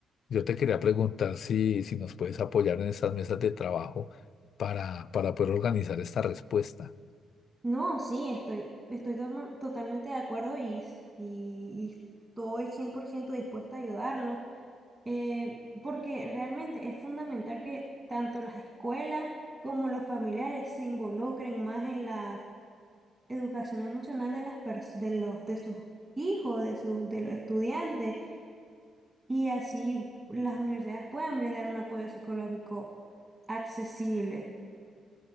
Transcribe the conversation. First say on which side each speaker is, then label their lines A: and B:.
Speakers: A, on the left; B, on the right.
A: Yo te quería preguntar si, si nos puedes apoyar en estas mesas de trabajo para, para poder organizar esta respuesta.
B: No, sí, estoy, estoy toma- totalmente de acuerdo y, s- y, y estoy 100% dispuesta a ayudarlo. eh, porque realmente es fundamental que tanto las escuelas como los familiares se involucren más en la educación emocional de las pers- de los de sus hijos, de su- de los estudiantes, y así las universidades puedan brindar un apoyo psicológico accesible.